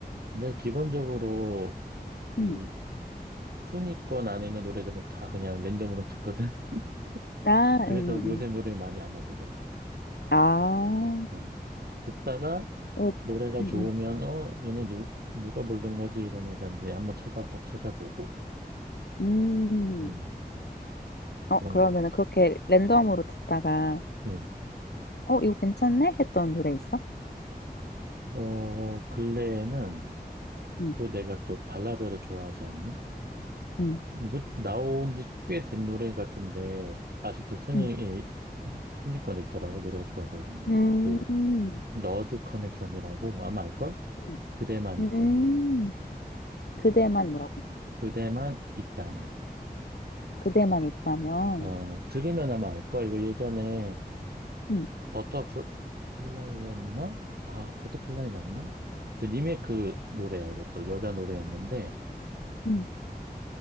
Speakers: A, on the right (about 70°); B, on the left (about 85°).
A: 근데 기본적으로 이
B: 음.
A: 순위권 안에 있는 노래들은 다 그냥 랜덤으로 듣거든. <laughs>
B: 아,
A: 그래서
B: 음,
A: 요새
B: 음.
A: 노래 많이 아나 보다.
B: 아.
A: 어. 듣다가
B: 오,
A: 노래가
B: 음,
A: 좋으면 어 얘네 누 누가 부른 거지 이러면서 이제 한번 찾아보 찾아보고
B: 음.
A: 음
B: 음. 어,
A: 그런
B: 그러면은
A: 것
B: 그렇게 랜덤으로 듣다가,
A: 같아. 음.
B: 어, 이거 괜찮네? 했던 노래 있어?
A: 어 근래에는
B: 음,
A: 또 내가 또 발라드를 좋아하지 않니?
B: 음,
A: 이거 나온 지 꽤 된 노래 같은데 아직도 순위
B: 음,
A: 예, 이- 순위권에 있더라고 노래가 좋아서 그런 거.
B: 음,
A: 그 너드 커넥션이라고 아마 알걸?
B: 음,
A: 그대만 있다면
B: 음. 그대만 뭐라고?
A: 그대만 있다면
B: 그대만 있다면,
A: 어 들으면 아마 알걸 이거 예전에
B: 음,
A: 버터플라이였나? 아, 버터플라이 맞나? 근데 리메이크 노래야, 이것도. 여자 노래였는데,
B: 음,